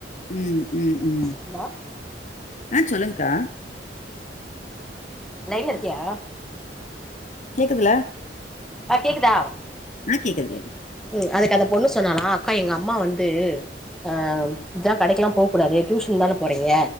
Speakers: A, on the left (about 45°); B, in the centre.
A: ம் ம் ம்
B: ஹலோ
A: ஆ சொல்லுங்க்கா
B: லைன்ல இருக்கியா
A: கேக்குதுல
B: ஆ கேக்குதா
A: ஆ கேக்குது கேக்கு
B: ம் அதுக்கு அந்த பொண்ணு சொன்னாலா அக்கா எங்க அம்மா வந்து ஆ ஜ கடைக்ல்லா போகூடாது டியூஷன் தானே போறீங்க